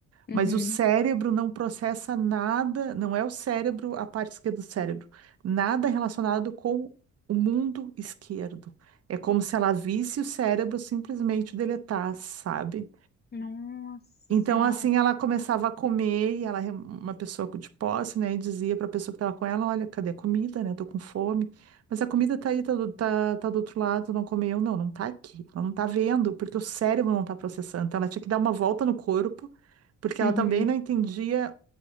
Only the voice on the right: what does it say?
Mas o cérebro não processa nada, não é o cérebro, a parte esquerda do cérebro, nada relacionado com o mundo esquerdo. É como se ela visse o cérebro simplesmente deletar, sabe?
Então,
assim, ela começava a comer e ela, é uma pessoa de posse, né, e dizia para a pessoa que estava com ela: Olha, cadê a comida, né? Eu tô com fome. Mas a comida tá aí, tá do, tá, tá do outro lado, não comeu. Não, não tá aqui. Ela não tá vendo, porque o cérebro não tá processando. Então, ela tinha que dar uma volta no corpo, porque
ela também não entendia